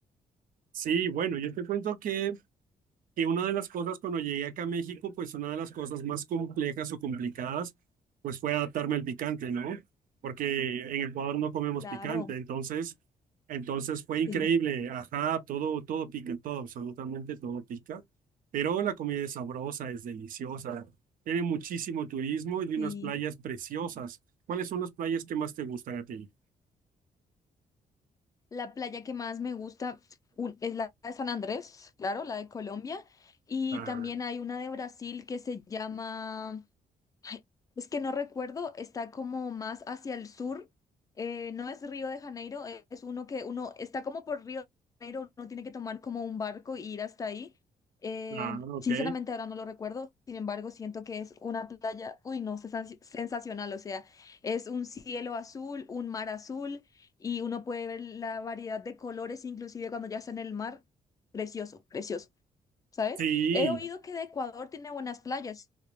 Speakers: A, on the right; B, on the left.
A: Sí, bueno, yo te cuento que que una de las cosas cuando llegué acá a México, pues una de las cosas más complejas o complicadas, pues fue adaptarme al picante, ¿no? Porque en Ecuador no comemos
B: Claro,
A: picante, entonces, entonces fue
B: sí,
A: increíble, ajá, todo, todo pica, todo, absolutamente todo pica, pero la comida es sabrosa, es deliciosa, tiene muchísimo turismo y
B: sí.
A: unas playas preciosas. ¿Cuáles son las playas que más te gustan a ti?
B: La playa que más me gusta un- es la de San Andrés, claro, la de Colombia. Y
A: Ah,
B: también hay una de Brasil que se llama Ay, Es que no recuerdo, está como más hacia el sur. eh, no es Río de Janeiro, e- es uno que uno está como por Río de Janeiro, uno tiene que tomar como un barco y ir hasta ahí. Eh,
A: ah, ok.
B: sinceramente ahora no lo recuerdo, sin embargo siento que es una playa, uy no, sensa- sensacional, o sea, es un cielo azul, un mar azul y uno puede ver la variedad de colores, inclusive cuando ya está en el mar, precioso, precioso, ¿sabes?
A: Sí,
B: He oído que de Ecuador tiene buenas playas.